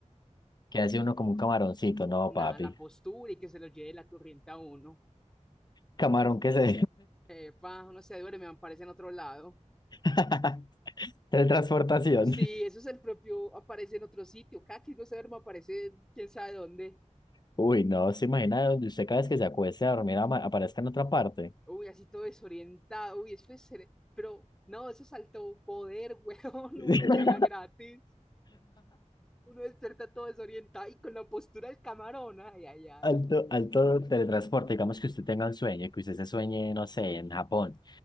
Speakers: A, on the left; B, in the centre.
A: Que hace uno como un camaroncito, no,
B: Nada,
A: papi.
B: la postura y que se lo lleve la corriente a uno.
A: Camarón que se...
B: Epa, uno se duerme, aparece en otro lado.
A: <laughs> Teletransportación.
B: Sí, eso es el propio, aparece en otro sitio. Caqui no se duerme, aparece quién sabe dónde.
A: Uy, no, se imagina donde usted cada vez que se acueste a dormir ama- aparezca en otra parte.
B: Uy, así todo desorientado. Uy, eso es. cere- Pero no, eso es alto poder, <laughs> weón.
A: <laughs>
B: Uno viaja gratis. Uno despierta todo desorientado y con la postura del camarón. Ay, ay, ay.
A: Alto, alto teletransporte, digamos que usted tenga un sueño, que usted se sueñe, no sé, en Japón,